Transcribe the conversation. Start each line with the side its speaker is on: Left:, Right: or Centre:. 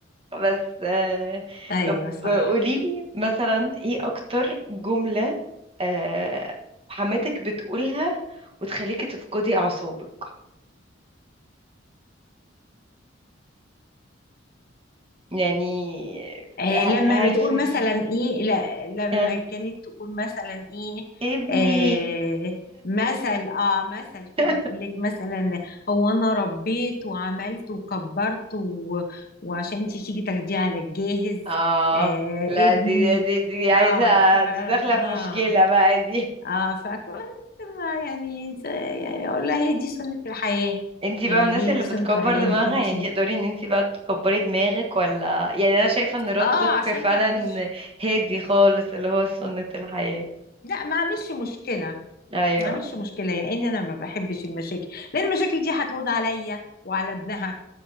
Right: بس آه
Left: ايوه
Right: طب
Left: صح
Right: قوليلي مثلا ايه اكتر جملة آه حماتك بتقولها وتخليكي تفقدي اعصابك يعني
Left: آه،
Right: ه-
Left: لما
Right: هل
Left: بتقول
Right: في
Left: مثلا ايه لا لما
Right: آه.
Left: كانت تقول مثلا ايه
Right: ابني
Left: آه مثل اه مثل
Right: <laughs>
Left: كده تقول لك مثلا هو انا ربيت وعملت وكبرت و... وعشان انت تيجي تاخديه على الجاهز
Right: اه
Left: آه
Right: لا
Left: ابني
Right: دي دي دي
Left: اه
Right: عايزة
Left: ف... اه
Right: دي داخلة في مشكلة بقى دي
Left: اه فكنت ما يعني يعني اقول لها هي دي سنة الحياة
Right: انتي
Left: يعني
Right: بقى من الناس
Left: دي
Right: اللي
Left: دي
Right: بتكبر
Left: سنة الحياة
Right: دماغها
Left: انك انت
Right: يعني انتي تقدري ان انتي بقى تكبري دماغك ولا يعني انا شايفة ان ردك
Left: اه عشان
Right: فعلا
Left: ما اعملش
Right: هادي خالص اللي هو سنة الحياة
Left: لا ما اعملش مشكلة
Right: ايوه
Left: ما عملش مشكلة لأن أنا ما بحبش المشاكل لأن المشاكل دي هتعود عليا وعلى ابنها